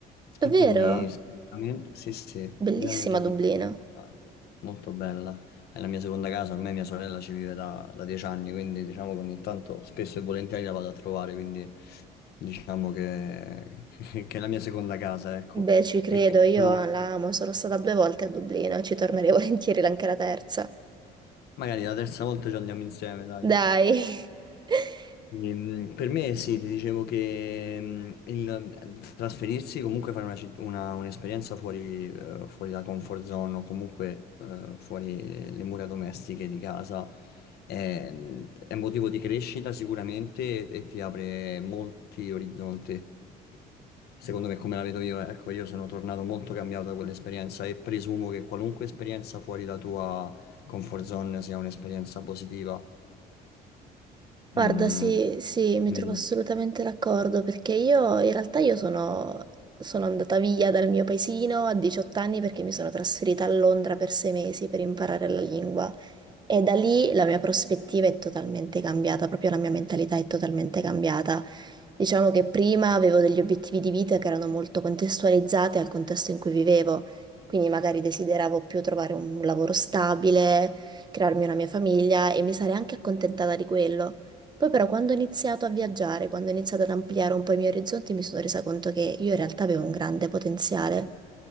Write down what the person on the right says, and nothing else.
Davvero?
Bellissima
Dublino.
Beh, ci credo,
io
la amo, sono stata due volte a Dublino e ci tornerei <laughs> volentieri anche la terza.
Dai. <laughs>
Guarda,
sì, sì, mi
trovo assolutamente d'accordo perché io in realtà io sono, sono andata via dal mio paesino a 18 anni perché mi sono trasferita a Londra per sei mesi per imparare la lingua. E da lì la mia prospettiva è totalmente cambiata, proprio la mia mentalità è totalmente cambiata. Diciamo che prima avevo degli obiettivi di vita che erano molto contestualizzati al contesto in cui vivevo, quindi magari desideravo più trovare un lavoro stabile, crearmi una mia famiglia e mi sarei anche accontentata di quello. Poi però quando ho iniziato a viaggiare, quando ho iniziato ad ampliare un po' i miei orizzonti, mi sono resa conto che io in realtà avevo un grande potenziale.